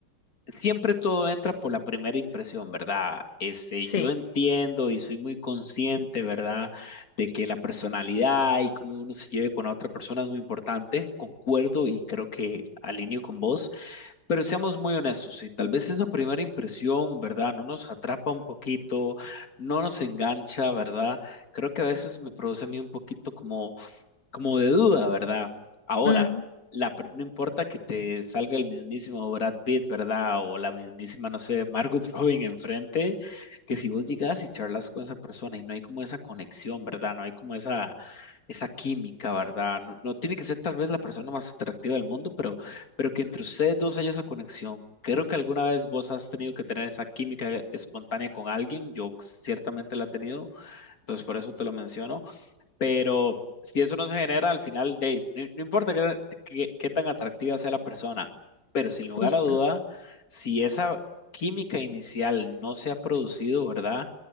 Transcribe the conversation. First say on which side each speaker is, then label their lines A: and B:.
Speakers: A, on the left; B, on the left.
A: siempre todo entra por la primera impresión, ¿verdad? Este,
B: sí,
A: yo entiendo y soy muy consciente, ¿verdad? De que la personalidad y cómo uno se lleve con la otra persona es muy importante. Concuerdo y creo que alineo con vos, pero seamos muy honestos, si tal vez esa primera impresión, ¿verdad? No nos atrapa un poquito, no nos engancha, ¿verdad? Creo que a veces me produce a mí un poquito como como de duda, ¿verdad? Ahora,
B: mm,
A: la, per- no importa que te salga el mismísimo Brad Pitt, ¿verdad? O la mismísima, no sé, Margot <laughs> Robin enfrente, que si vos llegas y charlas con esa persona y no hay como esa conexión, ¿verdad? No hay como esa, esa química, ¿verdad? No, no tiene que ser tal vez la persona más atractiva del mundo, pero, pero que entre ustedes dos haya esa conexión. Creo que alguna vez vos has tenido que tener esa química espontánea con alguien, yo ciertamente la he tenido, entonces por eso te lo menciono. Pero si eso no se genera, al final, de, no, no importa qué, qué- qué tan atractiva sea la persona, pero sin lugar
B: justo.
A: a duda, si esa química inicial no se ha producido, ¿verdad?